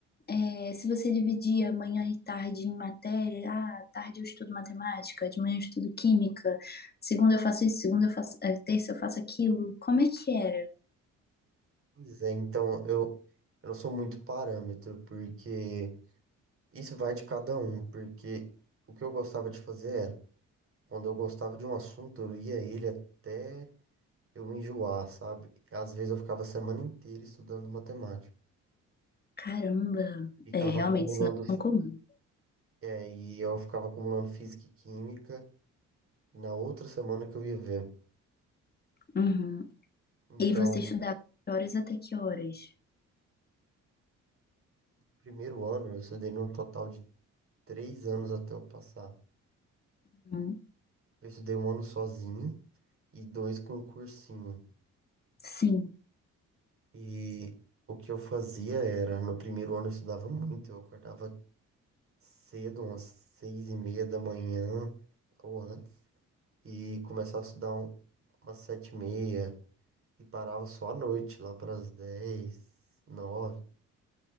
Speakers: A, on the left; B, on the right.
A: É, se você dividia manhã e tarde em matéria, ah, tarde eu estudo matemática, de manhã eu estudo química, segunda eu faço isso, segunda eu faço, eh, terça eu faço aquilo. Como é que era?
B: Pois é, então eu, eu não sou muito parâmetro, porque isso vai de cada um, porque o que eu gostava de fazer era, quando eu gostava de um assunto, eu ia a ele até eu me enjoar, sabe? Às vezes eu ficava a semana inteira estudando matemática,
A: Caramba!
B: ficava
A: É, realmente,
B: acumulando,
A: isso não é tão comum.
B: é, e eu ficava acumulando física e química na outra semana que eu ia ver.
A: Uhum.
B: Então,
A: E você estudava de horas até que horas?
B: primeiro ano eu estudei num total de três anos até eu passar.
A: Uhum.
B: Eu estudei um ano sozinho e dois com um cursinho.
A: Sim.
B: E o que eu fazia era, no primeiro ano eu estudava muito, eu acordava cedo, umas seis e meia da manhã ou antes, e começava a estudar um- umas sete e meia, e parava só à noite, lá para as dez, nove.